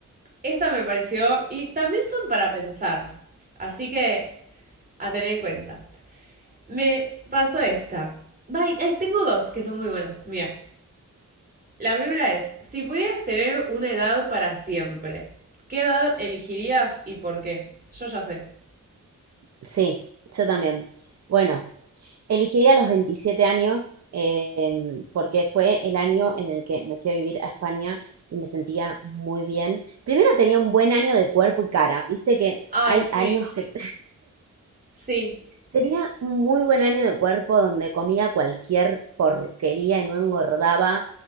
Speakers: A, on the right; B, on the right.
A: esta me pareció, y también son para pensar, así que a tener en cuenta. Me pasó esta. Ay, ay, tengo dos que son muy buenas. Mira, la primera es, si pudieras tener una edad para siempre, ¿qué edad elegirías y por qué? Yo ya sé.
B: Sí, yo también. Bueno, elegiría los 27 años eh, porque fue el año en el que me fui a vivir a España y me sentía muy bien. Primero tenía un buen año de cuerpo y cara. Viste que
A: Ay,
B: hay
A: sí,
B: años que
A: sí.
B: Tenía un muy buen año de cuerpo donde comía cualquier porquería y no engordaba.